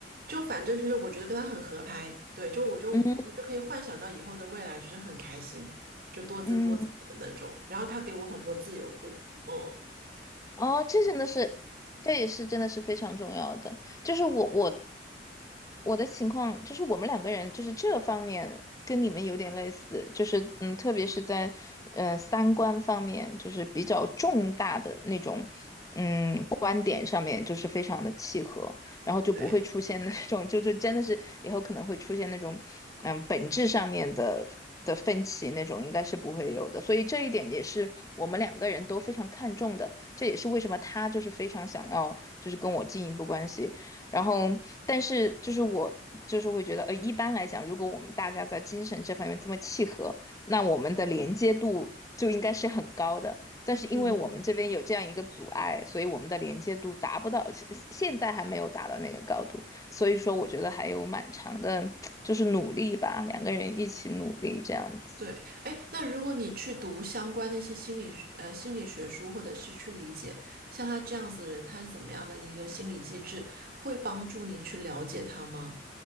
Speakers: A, on the right; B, on the left.
A: 就反正就是我觉得跟他很合拍，对，就我就我就可以幻想到以后的未来就是很开心，
B: 嗯
A: 就多姿多彩的那种。
B: 嗯，
A: 然后他给我很多自由度，嗯，
B: 哦，这真的是，这也是真的是非常重要的。就是我我我的情况就是我们两个人就是这方面跟你们有点类似，就是嗯，特别是在呃三观方面，就是比较重大的那种嗯观点上面，就是非常的契合，然后就不会出现那种就就真的是以后可能会出现那种嗯本质上面的的分歧那种，
A: 对，
B: 应该是不会有的。所以这一点也是我们两个人都非常看重的，这也是为什么他就是非常想要就是跟我进一步关系。然后，但是就是我就是会觉得，呃，一般来讲，如果我们大家在精神这方面这么契合，那我们的连接度就应该是很高的。但是因为我们这边有这样一个阻碍，
A: 嗯。
B: 所以我们的连接度达不到，现现在还没有达到那个高度。所以说，我觉得还有蛮长的，就是努力吧，两个人一起努力这样子。
A: 对，哎，那如果你去读相关的一些心理学呃心理学书，或者是去理解像他这样子的人，他是怎么样的一个心理机制，会帮助你去了解他吗？